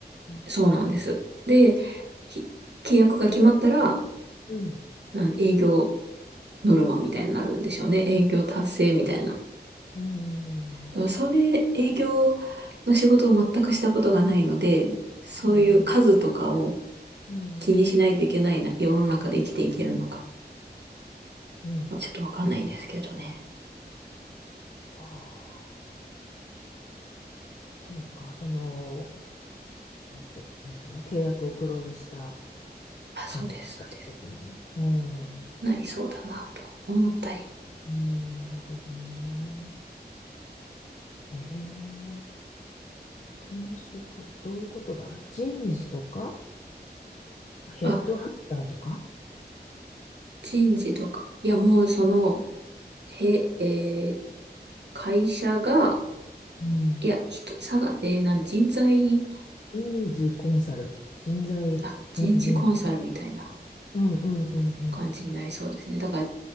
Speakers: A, on the left (about 45°); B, on the right (about 85°).
A: うん、
B: そうなんです。で、ひ契約が決まったら、
A: うん、
B: なん営業ノルマみたいになるんでしょうね。営業達成みたいな。
A: うん、
B: でもそれ、営業の仕事を全くしたことがないので、そういう数とかを
A: うん、うん。
B: 気にしないといけないな、世の中で生きていけるのか。
A: うん
B: ちょっとわかんないんですけどね。
A: はあ、そうか、その、えっと、なんていうの、契約をクローズした
B: あ、そうです、
A: 数とかいうことに。
B: そうです。
A: うん、
B: なりそうだな、と思ったり。
A: うん、なるほどね。ええ転職、どういうことだ人事とか、ヘッドハンターとか、
B: あ、人事とか。いや、もうその、へ、えー会社が、
A: うん、
B: いや、人、さが、えーなん、人材、
A: 人事コンサル、人材、
B: あ、人事コンサルみたいな
A: うんうん、うんうんうんうん。
B: 感じになりそうですね。だから、